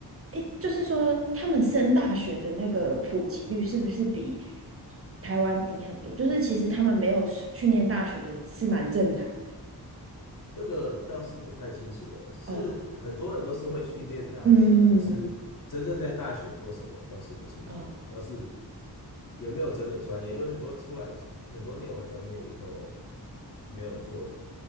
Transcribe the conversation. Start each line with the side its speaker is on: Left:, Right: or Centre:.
Right: 诶，就是说他们升大学的那个普及率是不是比台湾低很多？就是其实他们没有是去念大学的是蛮正常的。
Left: 这个倒是不太清楚哎、欸是很多人都是会去念大学，
Right: 哦，嗯，
Left: 可是真正在大学做什么倒是不清楚，
Right: 哦，
Left: 倒是有没有真的专业？因为很多出来，很多念完专业以后没有做